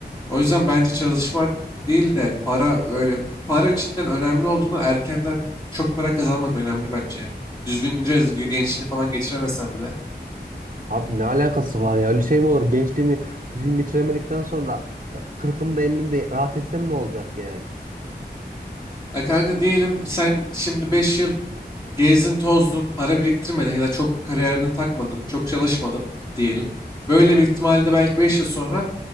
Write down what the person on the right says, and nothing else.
Abi ne alakası var ya? Öyle şey mi olur? Gençliğimi düzgün geçiremedikten sonra e, kırkımda ellimde rahat etsem ne olacak yani?